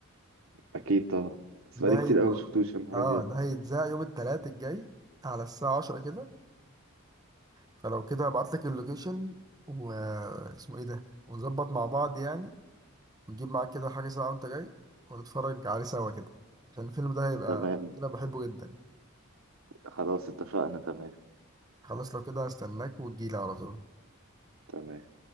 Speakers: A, on the right; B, on the right.
A: اكيد طبعا بس
B: ده
A: بقالي كتير
B: هيت...
A: قوي ما شفتوش يا نهار
B: آه
A: ابيض
B: ده هيتذاع يوم التلات الجاي على الساعة عشرة كده فلو كده ابعت لك اللوكيشن واسمه ايه ده ونظبط مع بعض يعني ونجيب معاك كده حاجة ساعة وانت جاي ونتفرج عليه سوا كده عشان الفيلم ده هيبقى
A: تمام
B: كده بحبه جدا
A: خلاص اتفقنا تمام
B: خلاص لو كده هستناك وتجيلي على طول
A: تمام